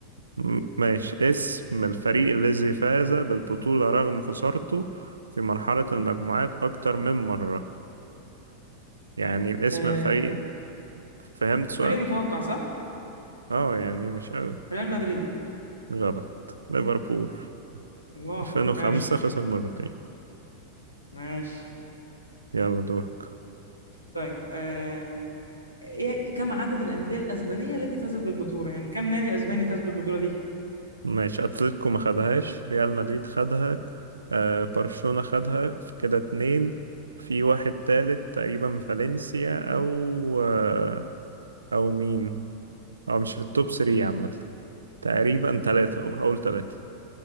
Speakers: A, on the right (about 75°); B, on the left (about 85°).
A: م- ماشي اسم الفريق الذي فاز بالبطولة رغم خسارته في مرحلة المجموعات أكتر من مرة يعني الاسم
B: آه
A: الفريق فهمت سؤال؟
B: فريق متوقع صح؟
A: اه يعني مش قوي
B: ريال مدريد
A: غلط ليفربول
B: الله
A: 2005
B: ماشي
A: خسر مرتين
B: ماشي
A: يلا دورك
B: طيب آه إيه كم عدد الأندية الأسبانية التي فازت بالبطولة يعني كم نادي أسباني فاز بالبطولة دي
A: ماشي اتلتيكو ما خدهاش ريال مدريد خدها آه برشلونة خدها في كده اتنين في واحد تالت تقريبا فالنسيا او آه او مين او مش في التوب 3 عامة تقريبا تلاتة او اول تلاتة